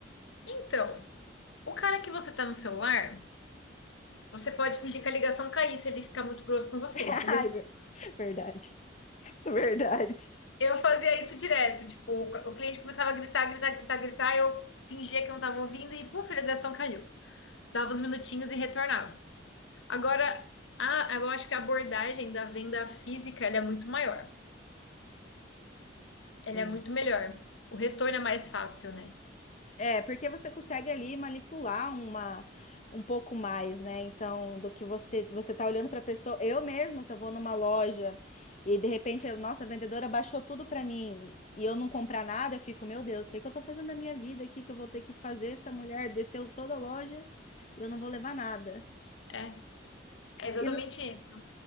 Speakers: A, on the left (about 80°); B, on the left (about 40°).
A: Então, o cara que você tá no celular, você pode pedir que a ligação cair se ele ficar muito grosso com você,
B: <laughs>
A: entendeu?
B: Ai, ver- verdade, <laughs> verdade.
A: Eu fazia isso direto, tipo, o o cliente começava a gritar, gritar, gritar, gritar, eu fingia que não tava ouvindo e, puf, a ligação caiu. Dava uns minutinhos e retornava. Agora, a, eu acho que a abordagem da venda física, ela é muito maior. Ele
B: É,
A: é muito melhor. O retorno é mais fácil, né?
B: É, porque você consegue ali manipular uma um pouco mais, né? Então, do que você você tá olhando para a pessoa, eu mesma, se eu vou numa loja e de repente, eu- nossa, a vendedora baixou tudo para mim e eu não comprar nada, eu fico, meu Deus, o que que eu tô fazendo da minha vida aqui que eu vou ter que fazer? Essa mulher desceu toda a loja e eu não vou levar nada.
A: É, é exatamente
B: E no,
A: isso.